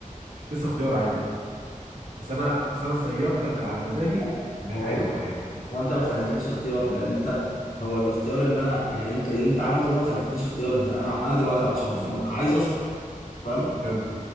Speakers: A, on the right; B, on the left.
A: لسه اختيار عادي بس انا بس انا سيرتك على مزاجي
B: لا
A: لحاجه
B: هو بص
A: معينه
B: هو انت ما خليتليش اختيار لان انت هو الاختيار ان انا يعني انت اللي انت عملته ده ما خليتنيش اختيار انت انا انا دلوقتي عطشان فانا عايز اشرب فاهم
A: حلو